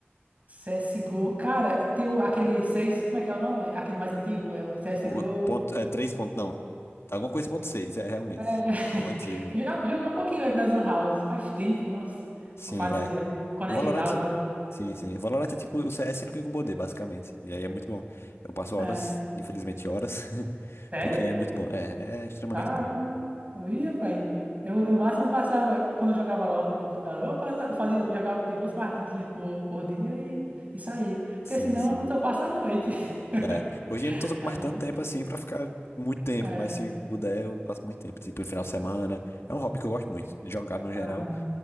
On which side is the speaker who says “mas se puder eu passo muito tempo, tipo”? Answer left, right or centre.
Left